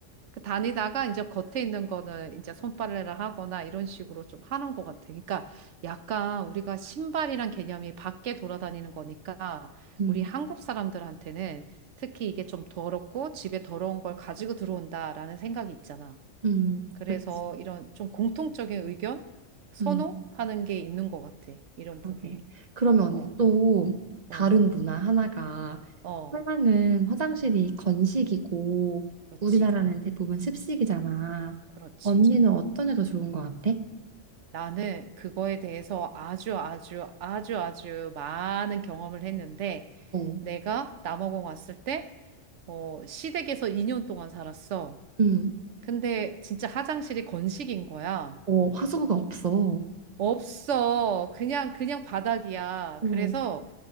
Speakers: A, on the right; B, on the right.
A: 그 다니다가 이제 겉에 있는 거는 이제 손빨래를 하거나 이런 식으로 좀 하는 것 같아. 그러니까 약간 우리가 신발이란 개념이 밖에 돌아다니는 거니까
B: 음,
A: 우리 한국 사람들한테는 특히 이게 좀 더럽고 집에 더러운 걸 가지고 들어온다라는 생각이 있잖아.
B: 음,
A: 그래서
B: 그렇지.
A: 이런 좀 공통적인 의견? 선호하는
B: 음.
A: 게 있는 것 같아. 이런
B: 그러게.
A: 부분은.
B: 그러면
A: 어, 어,
B: 언니 또
A: 어,
B: 다른 문화 하나가
A: 어.
B: 서양은 화장실이 건식이고
A: 그렇지.
B: 우리나라는 대부분 습식이잖아.
A: 그렇지.
B: 언니는 어떤 게 더 좋은 것 같아?
A: 나는 그거에 대해서 아주 아주 아주 아주 많은 경험을 했는데
B: 어,
A: 내가 남아공 왔을 때 어, 시댁에서 2년 동안 살았어.
B: 음,
A: 근데 진짜 화장실이 건식인 거야.
B: 어, 화수구가 없어.
A: 없어. 그냥, 그냥 바닥이야.
B: 어,
A: 그래서